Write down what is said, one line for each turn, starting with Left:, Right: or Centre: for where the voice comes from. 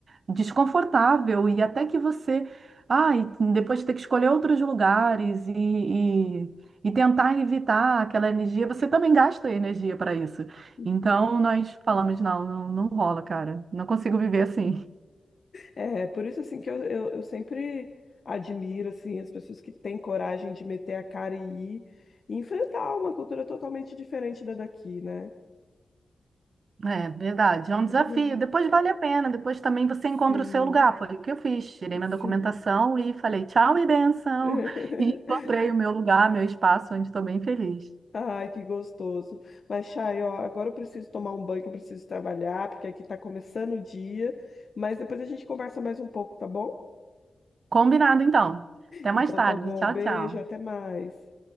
Right: desconfortável e até que você, ai, depois ter que escolher outros lugares e, e, e tentar evitar aquela energia, você também gasta energia para isso.
Left: <laughs>
Right: Então nós falamos, não, não, não rola, cara. Não consigo viver assim.
Left: É, por isso assim que eu, eu, eu sempre admiro assim as pessoas que têm coragem de meter a cara e ir e enfrentar uma cultura totalmente diferente da daqui, né?
Right: É verdade, é um desafio.
Left: <laughs>
Right: Depois vale a pena, depois também você
Left: Sim,
Right: encontra o seu lugar. Foi o que eu fiz. Tirei minha
Left: sim.
Right: documentação e falei tchau e benção.
Left: <laughs>
Right: E encontrei o meu lugar, meu espaço, onde estou bem feliz.
Left: Ai, que gostoso. Mas, Chay, ó, agora eu preciso tomar um banho, que eu preciso trabalhar, porque aqui tá começando o dia. Mas depois a gente conversa mais um pouco, tá bom?
Right: Combinado, então. Até mais
Left: Então
Right: tarde.
Left: tá bom.
Right: Tchau,
Left: Beijo,
Right: tchau.
Left: até mais.